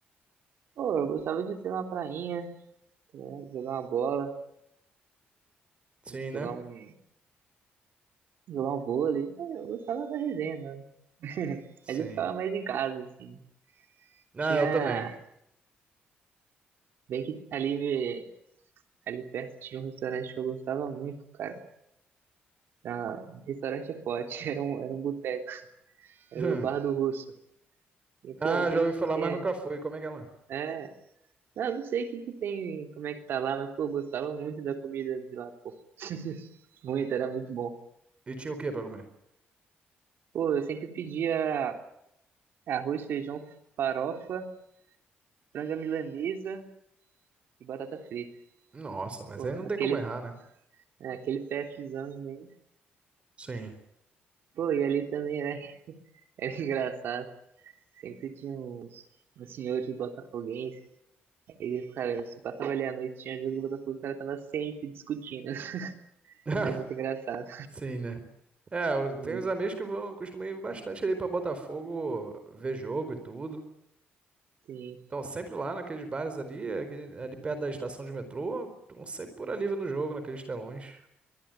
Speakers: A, on the right; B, on the right.
A: Pô, eu gostava de ter uma prainha, né? Jogar uma bola,
B: Sim, né?
A: jogar um, jogar um vôlei. Ah, Eu gostava da resenha, né?
B: Sim.
A: Mas eu ficava mais em casa, assim.
B: Ah,
A: Tinha.
B: eu também.
A: Bem que ali, ali perto tinha um restaurante que eu gostava muito, cara. Ah, restaurante é forte, <laughs> era um, era um boteco, era
B: <laughs>
A: o Bar do Russo. E, pô,
B: Ah,
A: não sei
B: já ouvi
A: o que
B: falar,
A: que tem.
B: mas nunca fui. Como é que é lá?
A: É. Não, não sei o que que tem, como é que tá lá, mas, pô, eu gostava muito da comida de lá, pô. Muito, era muito bom.
B: E tinha o quê pra comer?
A: Pô, eu sempre pedia arroz, feijão, farofa, franga milanesa e batata frita.
B: Nossa, mas
A: Pô,
B: aí não
A: aquele,
B: tem como errar, né?
A: aquele PFzão imenso.
B: Sim.
A: Pô, e ali também era, <laughs> era engraçado. Sempre tinha uns, uns senhores botafoguenses. Aí, cara, se passava ali à noite, tinha jogo do Botafogo, o cara tava sempre discutindo. <laughs>
B: <laughs>
A: Era muito engraçado.
B: Sim, né? É, eu-
A: Uhum.
B: tem uns amigos que vão, costumam ir bastante ali pra Botafogo ver jogo e tudo.
A: Sim.
B: Estão sempre lá naqueles bares ali, aquele- ali perto da estação de metrô, estão sempre por ali vendo o jogo, naqueles telões.